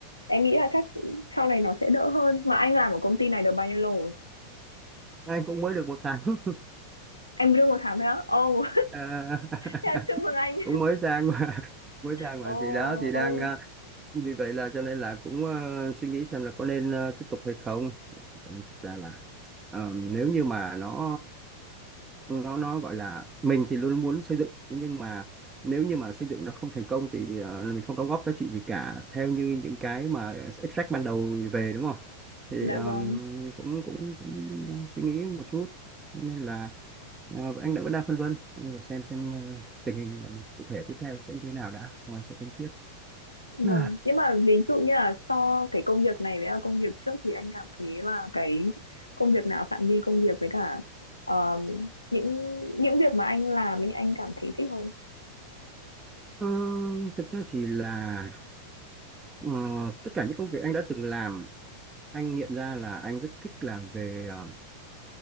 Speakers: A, on the left; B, on the right.
A: em nghĩ là chắc sau này nó sẽ đỡ hơn mà anh làm ở công ty này được bao nhiêu lâu rồi
B: anh cũng mới được một tháng <laughs>
A: anh mới được một tháng thôi á ồ
B: Ờ,
A: Thế là <laughs> chúc mừng
B: <laughs>
A: anh
B: cũng mới sang mà mới sang
A: <laughs> ồ
B: mà thì đó thì đang
A: ồ
B: Vì vậy là cho nên là cũng ờ, suy nghĩ xem là có nên ờ, tiếp tục hay không. Thực ra là ờ, nếu như mà nó nó nó gọi là mình thì luôn muốn xây dựng nhưng mà nếu như mà xây dựng nó không thành công thì ờ, mình không đóng góp giá trị gì cả theo như những cái mà extract ban đầu về đúng không? Thì
A: dạ
B: ờ,
A: vâng
B: cũng, cũng cũng suy nghĩ một chút Cho nên là ờ, anh đã vẫn đang phân vân anh xem xem ờ, tình hình cụ thể tiếp theo sẽ như thế nào đã xong anh sẽ tính tiếp
A: vâng
B: <sighs>
A: nhưng mà ví dụ như là so cái công việc này với là công việc trước thì anh cảm thấy là cái công việc nào phạm vi công việc với cả ờ, những những việc mà anh làm ấy anh cảm thấy thích hơn
B: Ờ, thực ra thì là ờ, tất cả những công việc anh đã từng làm anh nghiệm ra là anh rất thích làm về ờ,